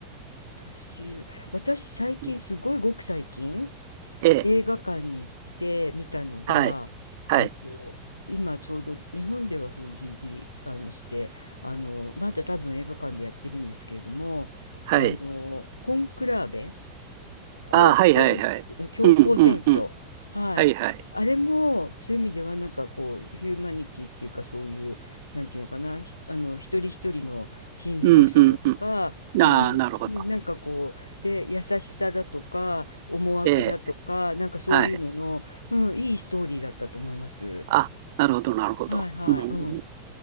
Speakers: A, on the left; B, on the right.
A: 私、私最近、
B: うん
A: すごいごく最近、
B: ええ、
A: 映画館に行って見たのが、
B: はい、はい、
A: えっと、今ちょうど日本では封切りあのして、あの、まだ多分映画館でやってるんですけれども、
B: はい。
A: あの、コンクラーベ公共せ、
B: ああ、はいはいはい。
A: 教皇選挙。
B: うん、うん、うん。
A: はい。
B: はいはい。
A: あれも、そういう意味では、なんかこう、ヒューマニティっていうか、そういう、なんていうのかな、ひあの、一人一人の心理描写だとか、
B: うん、うん、うん。
A: うん、
B: ああ、なるほど。
A: うんなんかこう、で、優しさだとか、思惑だとか、
B: ええ、
A: なんかそういうのの、
B: はい。
A: うん、いいストーリーだったと思います。
B: あ、なるほど、なるほど。
A: はいはい、
B: うん、
A: うん。